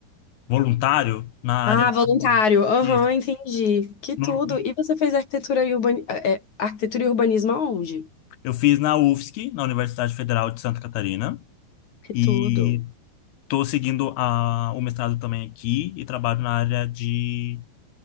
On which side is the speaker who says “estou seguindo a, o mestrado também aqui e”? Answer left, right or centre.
Left